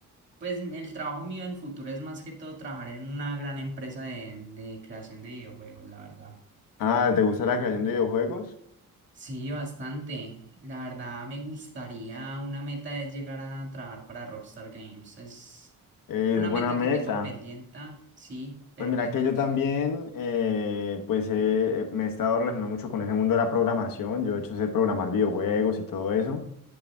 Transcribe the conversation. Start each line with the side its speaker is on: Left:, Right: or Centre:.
Right: Pues el trabajo mío del futuro es más que todo trabajar en una gran empresa de, de creación de videojuegos, la verdad.
Left: Ah, ¿te gusta la creación de videojuegos?
Right: Sí, bastante. La verdad me gustaría, una meta es llegar a trabajar para Rockstar Games. Es
Left: Es
Right: una
Left: buena
Right: meta
Left: meta.
Right: que tengo pendiente, sí, pero
Left: Pues mira
Right: pues
Left: que
Right: me
Left: yo
Right: gustaría.
Left: también, eh, pues eh, me he estado relacionando mucho con ese mundo de la programación. Yo de hecho sé programar videojuegos y todo eso.